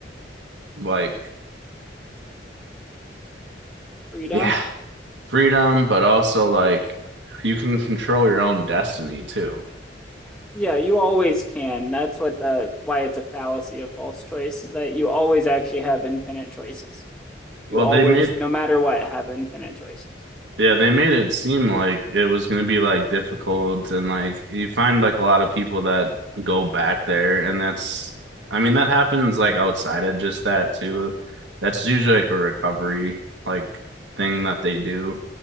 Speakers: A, on the right; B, in the centre.
A: like,
B: freedom.
A: yeah, freedom, but also like you can control your own destiny too.
B: Yeah, you always can. That's what the why it's a fallacy of false choice is that you always actually have infinite choices. You
A: Well,
B: always,
A: they made
B: no matter what, have infinite choices.
A: yeah, they made it seem like it was gonna be like difficult and like you find like a lot of people that go back there and that's I mean that happens like outside of just that too. That's usually like a recovery like thing that they do